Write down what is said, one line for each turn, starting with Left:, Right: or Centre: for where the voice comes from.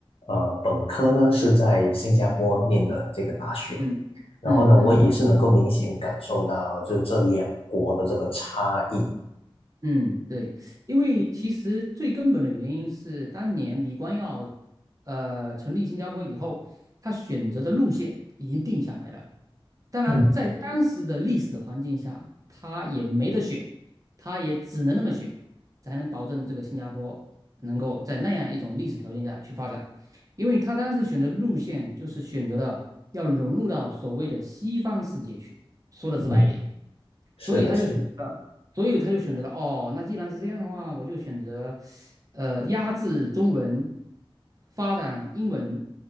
Left: 呃本科呢是在新加坡念的这个大学，
Right: 嗯嗯嗯
Left: 然后呢，我也是能够明显感受到就是这两国的这个差异。
Right: 嗯，对，因为其实最根本的原因是，当年李光耀呃成立新加坡以后，他选择的路线已经定下来了。当然，
Left: 嗯
Right: 在当时的历史环境下，他也没得选，他也只能那么选，才能保证这个新加坡能够在那样一种历史条件下去发展。因为他当时选择路线就是选择了要融入到所谓的西方世界去，说的直白一点。
Left: 嗯，是的，
Right: 所以他就选择了所以他就选择了哦，
Left: 是的。
Right: 那既然是这样的话，我就选择，呃，压制中文，发展英文，